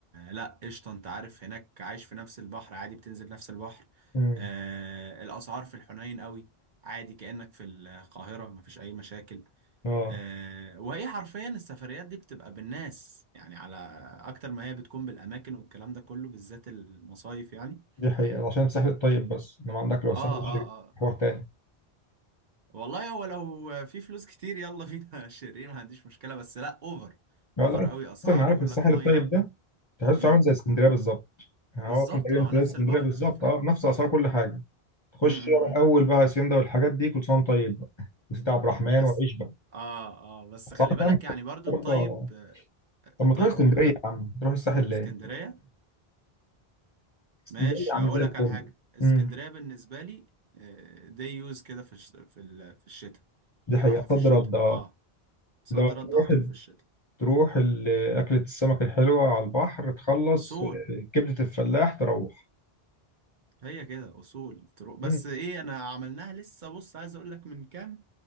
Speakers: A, on the right; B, on the left.
A: لا قشطه انت عارف هناك عايش في نفس البحر عادي بتنزل نفس البحر
B: امم
A: آه الاسعار في الحنين قوي عادي كانك في القاهره مفيش اي مشاكل
B: اه
A: آه وهي حرفيا السفريات دي بتبقى بالناس يعني على اكتر ما هي بتكون بالاماكن والكلام ده كله بالذات المصايف يعني
B: دي حقيقة عشان الساحل الطيب بس انما عندك لو الساحل
A: اه
B: الشرير
A: اه اه
B: حوار تاني
A: والله هو لو في فلوس كتير يلا فينا <laughs> شيرين ما عنديش مشكله بس لا اوفر
B: لا
A: اوفر
B: لا
A: قوي اسعار
B: اصلا عارف
A: يقول
B: الساحل
A: لك ميه
B: الطيب ده تحسه
A: امم
B: عامل زي اسكندرية بالظبط يعني
A: بالظبط
B: هو اصلا تقريبا
A: ما هو نفس
B: زي اسكندرية
A: البحر
B: بالظبط
A: بالفعل
B: اه بنفس اسعار كل حاجة تخش
A: امم
B: بقى الاول بقى هاسيندا والحاجات دي كل سنة وأنت طيب بقى وسيدي عبد الرحمن
A: بس
B: وعيش بقى
A: اه اه بس
B: صعب
A: خلي بالك
B: يا عم
A: يعني برضو
B: تروح-
A: الطيب
B: آه.
A: آه،
B: طب
A: الطيب
B: ما تروح اسكندرية
A: خلي بالك
B: يا عم تروح الساحل ليه؟
A: اسكندرية
B: اسكندرية
A: ماشي
B: يا عم
A: اقول
B: زي الفل
A: لك على حاجة اسكندرية
B: امم
A: بالنسبة لي دي يوز كده في الش- في ال- في الشتاء
B: دي حقيقة
A: اروحها في
B: صد
A: الشتاء
B: رد اه
A: اه صد
B: لو
A: رد
B: تروح
A: على طول في الشتاء
B: تروح ال- أكلة السمك الحلوة على البحر تخلص
A: اصول
B: آه، كبدة الفلاح تروح
A: هي كده اصول تروح بس
B: مم.
A: ايه انا عملناها لسه بص عايز اقول لك من كام